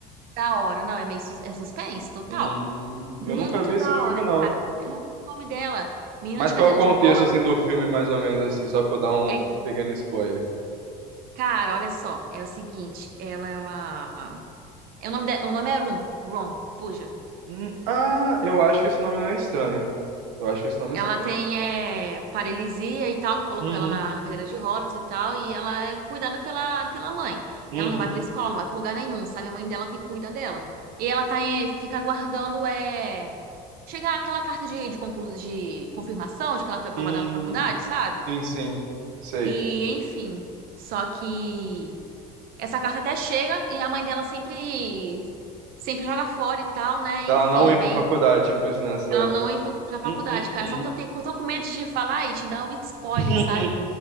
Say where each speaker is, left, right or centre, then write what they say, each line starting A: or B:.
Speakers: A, on the right; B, on the right.
A: da hora. Não, é meio sus- é suspense total.
B: Hum,
A: Muito
B: eu nunca vi
A: da
B: esse filme,
A: hora,
B: não.
A: cara. Eu não lembro o nome dela. Menina
B: Mas
A: de cadeira
B: qual é o contexto,
A: de rodas.
B: assim, do filme, mais ou menos, assim, só pra eu dar um
A: é
B: pequeno spoiler?
A: Cara, olha só, é o seguinte, ela é uma. É, o nome de... o nome é Rum, Ron, fuja.
B: Hum, ah, eu acho que esse nome não é estranho. Eu acho que esse nome
A: Ela
B: é estranho.
A: tem é, paralisia e tal, que colocou
B: Uhum,
A: ela na, na cadeira de rodas e tal, e ela é cuidada pela, pela mãe.
B: uhum,
A: Ela não vai pra escola, não vai pra lugar nenhum, sabe? A mãe dela que cuida dela. E ela tá, é, fica aguardando é, chegar aquela carta de, de, conclu... de confirmação de que ela foi aprovada
B: hum,
A: na faculdade, sabe?
B: sim, sim, sei.
A: E, enfim. Só que. Essa carta até chega e a mãe dela sempre sempre joga fora e tal, né?
B: Pra
A: Enfim,
B: Ela não ir
A: bem,
B: pra faculdade, tipo isso, nessa...
A: ela não ia fa- pra faculdade,
B: Hum, hum,
A: cara.
B: hum.
A: Só que eu tenho, eu tô com medo de te falar e te dar um spoiler,
B: <laughs>
A: sabe?